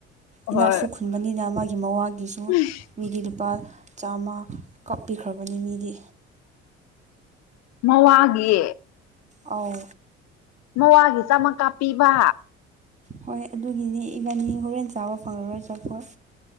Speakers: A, on the left (about 50°); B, on the right (about 20°).
A: ꯍꯣꯏ
B: ꯏꯅꯥꯛꯁꯨ ꯈꯨꯟꯕꯅꯤꯅ ꯃꯥꯒꯤ ꯃꯋꯥꯒꯤꯁꯨ
A: <unintelligible>
B: ꯃꯤꯗꯤ ꯂꯨꯄꯥ ꯆꯥꯝꯃ ꯀꯥꯞꯄꯤꯈ꯭ꯔꯕꯅꯤ ꯃꯤꯗꯤ
A: ꯃꯋꯥꯒꯤ
B: ꯑꯥꯎ
A: ꯃꯋꯥꯒꯤ ꯆꯥꯝꯃ ꯀꯥꯞꯄꯤꯕ
B: ꯍꯣꯏ ꯑꯗꯨꯒꯤꯅꯤ ꯏꯕꯥꯅꯤ ꯍꯣꯔꯦꯟ ꯆꯥꯕ ꯐꯪꯉꯔꯣꯏ ꯆꯥꯄꯣꯠ